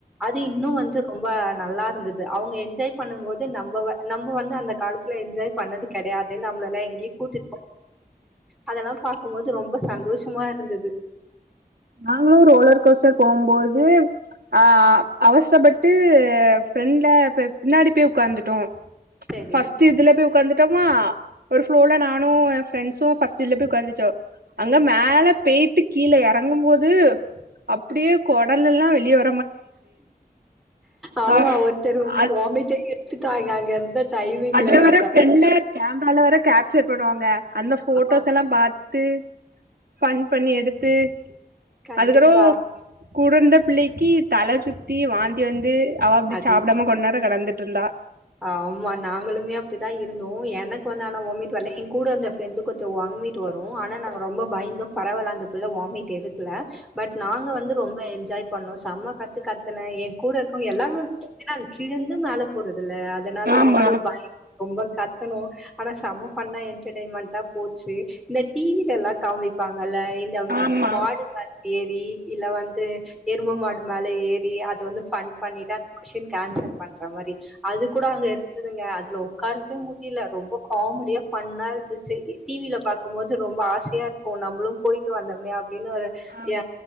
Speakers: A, in the centre; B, on the right.
A: அது இன்னு வந்து ரொம்ப நல்லா இருந்துது அவங்க என்ஜாய் பண்ணும்போது நம்ப வ நம்ப வந்து அந்த காலத்துல என்ஜாய் பண்ணது கெடையாது நம்ளல்லா எங்க்ய கூட்டுட்டு போ அதெல்லா பாக்கும்போது ரொம்ப சந்தோஷமா இருந்துது
B: நாங்களு ரோலர் கோஸ்டர் போம்போது ஆ அவசரப்பட்டு ஃப்ரெண்ட்ட பின்னாடி போய் உக்காந்துட்டோ
A: சரி.
B: பஃஸ்ட் இதுல போய் உட்காந்துடோமா ஒரு ஃப்ளோல நானு ஏ ஃரெண்ட்ஸும் ஃபஸ்ட் இத்ல போய் உட்காந்துட்டோ அங்க மேல பேய்ட்டு கீழ இறங்கும் போது அப்டியே கொடல் எல்லா வெளிய வ
A: ஔமா
B: அ
A: ஒருத்தர் வந்து
B: அ
A: வாமிட்டே எடுத்துட்டுடாய்க அங்க இருந்த டைமிங்ல
B: அத வேற
A: ஒருத்தர்.
B: ஃப்ரெண்ட கேமரால வேற கேப்சர் பண்ணுவாங்க அந்த போட்டோஸ்
A: ஆ
B: எல்லா பா த்து ஃபன் பண்ணி எடுத்து
A: கண்டிப்பா.
B: அதுக்கறோ கூட வந்த புள்ளைக்கு தல சுத்தி வாந்தி வந்து அவ அப்டி
A: அது
B: சாப்படாம கொண்நேரோ நடந்துட்டு இருந்தா
A: ஆமா நாங்களுமே அப்டிதா இருந்தோ எனக்கு வந்து ஆனா வாமிட் வர்ல எங் கூட இருந்த ஃப்ரெண்டுக்கு கொண்டொ வாமிட் வரு ஆனா நாங்க ரொம்ப பயந்தோ பரவால்ல அந்த புள்ள வாமிட் எடுக்கல பட் நாங்க வந்து ரொம்ப என்ஜாய் பண்ணோ செம கத்து கத்துன ஏ கூட இருக்கவ்ங்க எல்லாரு என்ன கீழ இருந்து மேல போறது இல்ல அதனால
B: ஆமா
A: ரொம்ப பயோ ரொம்ப கத்துணோ ஆனா செம ஃபன்னா என்டர்டெயின்மண்ட்டா போச்சு இந்த டி வி ல எல்லா காமிப்பாங்கல்ல தம்
B: ஆமா
A: மாடு மேல ஏறி இல்ல வந்து எரும மாடு மேல ஏறி அ து வந்து ஃபன் பண்ணி தா அந்த க்வோஷ்டீன்க்கு ஆன்சர் பண்ற மாரி அது கூட அங்க இருந்துதுங்க அதுல ஒ க்காரவே முடில ரொம்ப காமெடியா ஃபன்னா இருந்துச்சு டி வி ல பாக்கும் போது ரொம்ப ஆசையா இருக்கு நம்பளு போயிட்டு வந்தோமே அப்டின்னு ஒரு
B: ஆ
A: ய